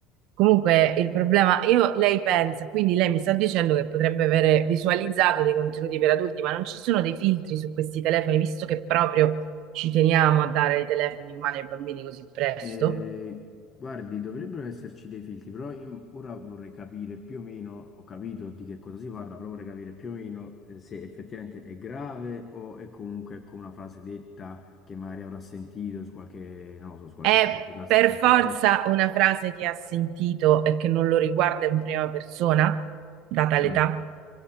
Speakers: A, on the right; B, on the left.
A: Comunque il problema, io, lei pensa, quindi lei mi sta dicendo che potrebbe avere visualizzato dei contenuti per adulti, ma non ci sono dei filtri su questi telefoni, visto che proprio ci teniamo a dare i telefoni in mano ai bambini così presto.
B: Eh, guardi, dovrebbero esserci dei filtri, però in- ora vorrei capire più o meno, ho capito di che cosa si parla, però vorrei capire più o meno eh, se effettivamente è grave o è comunque ecco, una frase detta che magari avrà sentito su qualche, non lo so, su qualche
A: È
B: podcast,
A: per
B: su qualche
A: forza
B: post.
A: una frase che ha sentito e che non lo riguarda in prima persona, data l'età,
B: Mm.